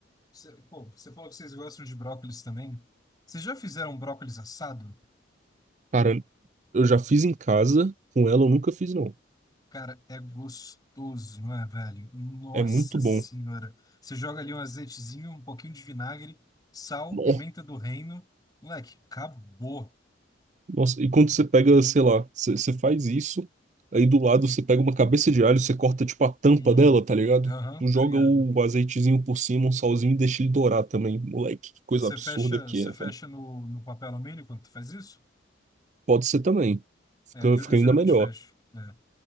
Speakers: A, on the left; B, on the right.
A: Você, pô, você falou que vocês gostam de brócolis também. Vocês já fizeram brócolis assado?
B: Cara, eu já fiz em casa, com ela eu nunca fiz, não.
A: Cara, é gostoso, não é, velho? Nossa
B: É muito
A: senhora.
B: bom.
A: Você joga ali um azeitezinho, um pouquinho de vinagre, sal,
B: Nó-
A: pimenta do reino. Moleque, acabou.
B: Nossa, e quando você pega, sei lá, você você faz isso, aí do lado você pega uma cabeça de alho, você corta tipo a tampa
A: Hum.
B: dela, tá ligado?
A: Aham,
B: Tu
A: tô
B: joga
A: ligado.
B: o azeitezinho por cima, um salzinho e deixa ele dourar também. Moleque, que coisa
A: Você
B: absurda
A: fecha,
B: que
A: você
B: é,
A: fecha
B: velho.
A: no, no papel alumínio quando tu faz isso?
B: Pode ser também. Fica,
A: É, eu,
B: fica
A: eu geralmente
B: ainda melhor.
A: fecho. É.